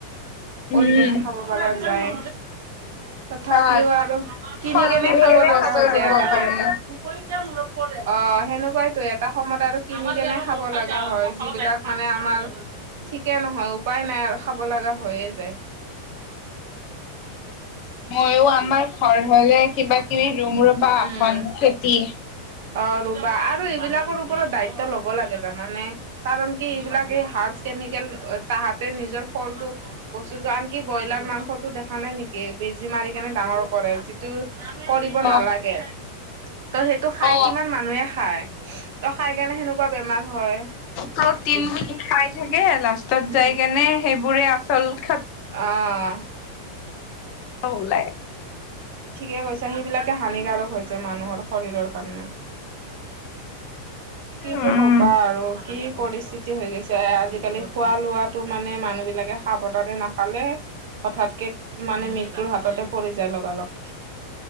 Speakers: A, on the right; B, on the left.
A: কৰি
B: উম
A: কেনে খাব পৰা যায় তথাপিও
B: বা
A: আৰু কিনি
B: ফল
A: কেনে
B: মূলৰ
A: খাব লগা
B: গছো
A: হয় যে
B: ৰুব
A: এটা
B: পাৰি।
A: সময়ত ম অ সেনেকুৱাই তো এটা সময়ত আৰু কিনি কেনে খাব লগা হয় যিবিলাক মানে আমাৰ ঠিকে নহয় উপায় নাই আৰু খাব লগা হৈয়ে যায়
B: মইো আমাৰ ঘৰ হলে কিবা কিবি ৰুম ৰুবা
A: উম
B: আসন খেতি
A: অ', ৰুপা আৰু এইবিলাকৰ ওপৰত দায়িত্ব ল'ব লাগে জানানে? কাৰণ কি এইবিলাকে হাৰচ কেমিকেল তাহাতে নিজৰ ফলটো। বস্তুতটো আনকি ব্ৰইলাৰ মাংসটো দেখা নাই নেকি! বেজি মাৰি কেনে ডাঙৰ কৰে যি টো কৰিব
B: অ
A: নালাগে ত' সেইটো খাই,
B: অ
A: কিমান মানুহে খায়। ত' খাই কেনা সেনেকুৱা বেমাৰ হয়।
B: সাৰত টিন বুলি খাই থাকে, লাষ্টত
A: উম
B: যাই কেনা সেইবোৰে আচল খাত
A: অ'।
B: ওলাই।
A: ঠিকে কৈছে সেইবিলাকে হানিকাৰক হৈছে মানুহৰ শৰীৰৰ কাৰণে। কি যে
B: উম
A: কবা আৰু কি পৰিস্থিতি হৈ গৈছে আজিকালি খোৱা লোৱাত। তো, মানে মানুহ বিলাকে সাৱধানে নাখালে। হঠাৎকে মানে মৃত্যুৰ হাততে পৰি যায় লগালগ।